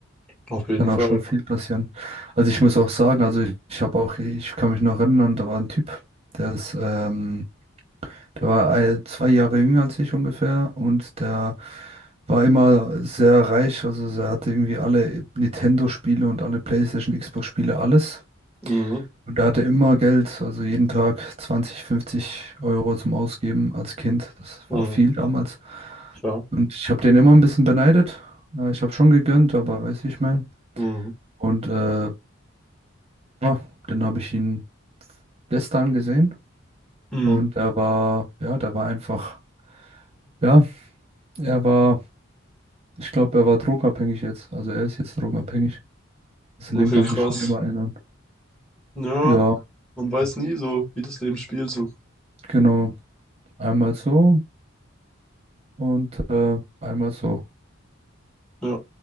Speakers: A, in the centre; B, on the right (about 30°).
A: Auf jeden
B: Kann
A: Fall.
B: auch schon viel passieren. Also ich muss auch sagen, also ich, ich habe auch, ich kann mich noch erinnern, da war ein Typ, der ist, ähm, der war äh, zwei Jahre jünger als ich ungefähr und der war immer sehr reich, also er hatte irgendwie alle Nintendo-Spiele und alle PlayStation, Xbox-Spiele, alles.
A: Mhm,
B: Und er hatte immer Geld, also jeden Tag 20, 50 Euro zum Ausgeben als Kind. Das
A: mhm,
B: war viel damals.
A: ja.
B: Und ich habe den immer ein bisschen beneidet. Äh, Ich habe schon gegönnt, aber weiß ich mein.
A: Mhm,
B: Und äh, ja, dann habe ich ihn gestern gesehen.
A: mhm.
B: Und er war, ja, der war einfach, ja, er war, ich glaube, er war drogenabhängig jetzt. Also er ist jetzt drogenabhängig. Das Leben
A: Okay,
B: kann
A: krass.
B: sich schon immer ändern.
A: Ja,
B: Ja,
A: man weiß nie so, wie das Leben spielt, so.
B: genau. Einmal so und äh, einmal so.
A: Ja.